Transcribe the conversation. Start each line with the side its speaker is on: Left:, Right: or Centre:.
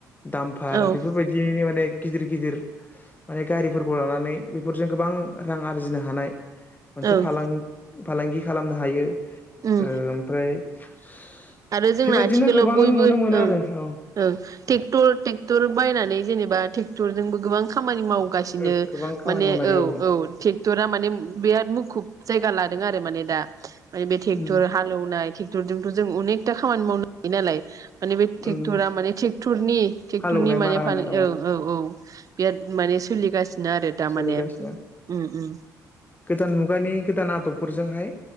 Left: दामफार
Right: ओं
Left: बेफोरबायदिनि माने गिदिर गिदिर माने गारिफोरखौ लानानै बेफोरजों गोबां रां आरजिनो हानाय मोनसे
Right: औ ओं
Left: फालां-फालांगि खालामनो हायो
Right: उम
Left: ओ ओमफ्राय <inaudible>
Right: आरो जोंना
Left: बेबायदिनो
Right: आथिखालाव
Left: गोबां
Right: बयबो
Left: नुनो मोनो
Right: ओं
Left: आरो औ
Right: ओं थिग टुरटिक टर बायनानै जेनेबा टेक टरजोंबो गोबां खामानि मावो मावगासिनो
Left: ओ गोबां खामानि
Right: माने
Left: मावनो हायो
Right: औ औ थेक तेकटरआ माने बिराद मुखुब जायगा लादों आरो माने दा माने बे थेकट'र
Left: उम
Right: हालौनाय थेक थेकट'र जों अनेक टा खामानि मावनो हायो नालाय। माने बे टेक्टरा
Left: उम
Right: माने टेक्टनि टेक्टरनि
Left: हालौनाय
Right: माने
Left: मारा होनाय
Right: औ औ औ। बिराद माने सोलिगास नोआरो दा
Left: सोलिगासिनो
Right: माने उम उम
Left: गोदान मुगानि गोदान आदबफोरजोंहाय।